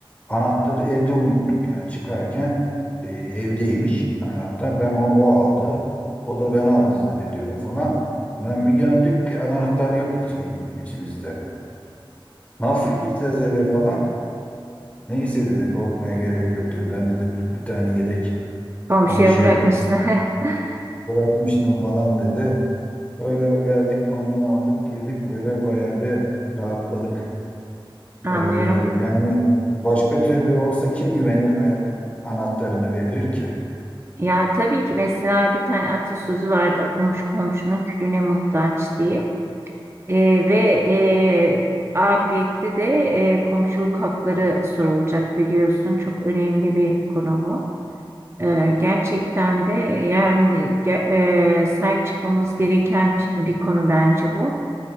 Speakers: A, on the left; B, on the right.
A: anahtarı evde unuttuk. Yani çıkarken e, evdeymiş anahtar. Ben o, o aldı. O da ben aldı zannediyorum falan. Ben bir döndük ki anahtar yok hiç, içimizde. Nasıl gireceğiz eve falan? Neyse dedi korkmaya gerek yok dedi. Ben dedi bir tane yedek
B: Komşuya
A: komşuya
B: bırakmışlar.
A: bırak,
B: <laughs>
A: bırakmıştım falan dedi. Öyle geldik ondan aldık girdik böyle bayağı bir rahatladık.
B: Anlıyorum.
A: Ee, yani başka türlü olsa kim güvenir e, anahtarını verir ki?
B: Ya tabii ki mesela bir tane atasözü var. "E, Komşu komşunun külüne muhtaç diye. E, ve e, ahirette de e, komşuluk hakları sorulacak biliyorsun. Çok önemli bir konu bu. Ee, gerçekten de yani ge- e, sahip çıkmamız gereken bir, bir konu bence bu.